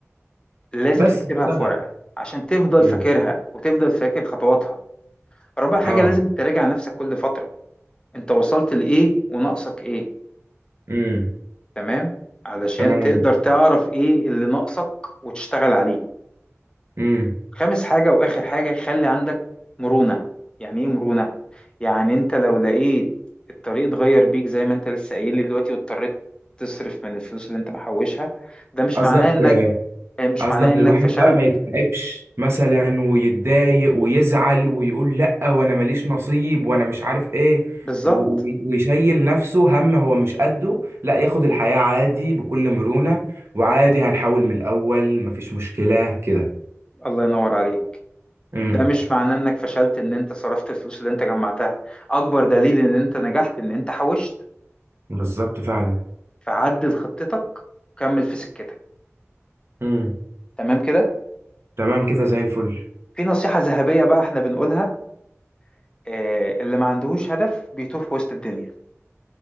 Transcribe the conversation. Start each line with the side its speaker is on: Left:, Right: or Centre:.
Left: لازم
Right: بس
Left: تكتبها
Right: اشتغل
Left: في ورقة عشان تفضل
Right: امم
Left: فاكرها وتفضل فاكر خطواتها رابع حاجة
Right: اه
Left: لازم تراجع نفسك كل فترة انت وصلت لإيه وناقصك إيه
Right: امم
Left: تمام علشان
Right: تمام
Left: تقدر تعرف إيه اللي ناقصك وتشتغل عليه
Right: امم
Left: خامس حاجة وآخر حاجة خلي عندك مرونة يعني إيه مرونة؟ يعني انت لو لقيت الطريق اتغير بيك زي ما انت لسه قايل لي دلوقتي واضطريت تصرف من الفلوس اللي انت محوشها ده مش
Right: قصدك
Left: معناه انك مش
Right: قصدك
Left: معناه انك
Right: الواحد
Left: فشلت
Right: بقى ما يكتئبش مثلا ويتضايق ويزعل ويقول لأ وانا ماليش نصيب وانا مش عارف ايه
Left: بالظبط
Right: و- و- ويشيل نفسه هم هو مش قده لا ياخد الحياة عادي بكل مرونة وعادي هنحاول من الأول مفيش مشكلة كده
Left: الله ينور عليك
Right: امم
Left: ده مش معناه انك فشلت ان انت صرفت الفلوس اللي انت جمعتها اكبر دليل ان انت نجحت ان انت حوشت
Right: بالظبط فعلا
Left: فعدل خطتك كمل في سكتك
Right: امم
Left: تمام كده
Right: تمام كده زي الفل
Left: في نصيحة ذهبية بقى احنا بنقولها آه، اللي ما عندهوش هدف بيتوه في وسط الدنيا